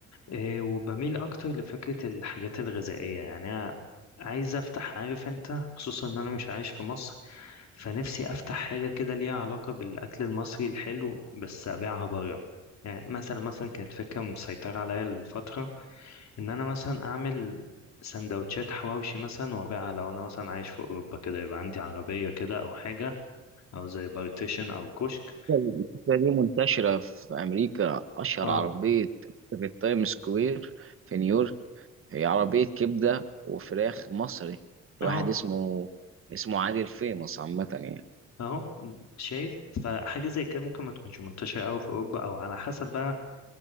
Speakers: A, on the left (about 65°); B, on the right (about 45°).
A: إيه، وبميل اكتر لفكره الحاجات الغذائيه يعني انا عايز افتح عارف انت خصوصا ان انا مش عايش في مصر فنفسي افتح حاجه كده ليها علاقه بالاكل المصري الحلو بس ابيعها بره يعني مثلا مثلا كانت فكره مسيطره عليا الفتره ان انا مثلا اعمل سندوتشات حواوشي مثلا وابيعها لو انا مثلا عايش في اوروبا كده يبقى عندي عربيه كده او حاجه او زي بارتيشن او كشك
B: الفكرة دي منتشرة في أمريكا أشهر
A: اه
B: عربية في التايم سكوير في نيويورك هي عربية كبدة وفراخ مصري
A: اه
B: لواحد اسمه اسمه عادل فيمس عامة يعني
A: اهو شايف فحاجة زي كده ممكن ما تكونش منتشرة أوي في أوروبا أو على حسب بقى